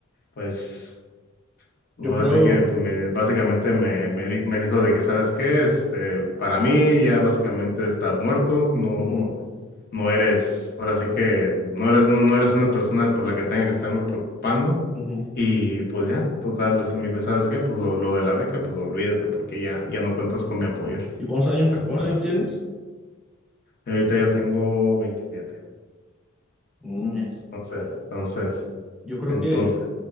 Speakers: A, on the left; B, in the centre.
A: pues...
B: Yo
A: Ahora
B: creo.
A: sí que me- básicamente me, me, di- me dijo de que, ¿sabes qué? Este, para mí ya básicamente estás muerto, no,
B: ujú,
A: no eres, ahora sí que no eres, no, no eres una persona por la que tenga que estarme preocupando.
B: ujú.
A: Y pues ya, total, ese me dijo, ¿y sabes qué? Pues lo, lo de la beca, pues olvídate porque ya, ya no cuentas con mi apoyo,
B: ¿Y cuántos años,
A: tal
B: cuántos
A: cual.
B: años tienes?
A: Y ahorita ya tengo veintisiete
B: Mm, es un
A: entonces,
B: pedo.
A: entonces,
B: Yo creo
A: entonces.
B: que